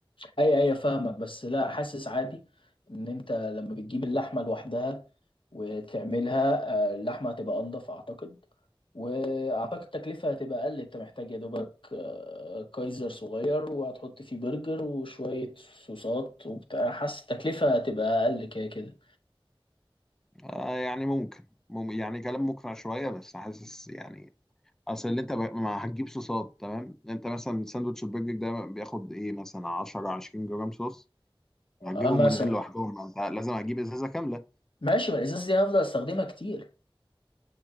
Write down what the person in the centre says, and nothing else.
آه يعني ممكن مم يعني كلام مقنع شويه بس حاسس يعني اصل اللي انت ب... ما هتجيب صوصات تمام انت مثلا ساندوتش البرجر ده بياخد ايه مثلا 10 20 جرام صوص هتجيبهم
منين لوحدهم ما انت لازم هتجيب ازازه كامله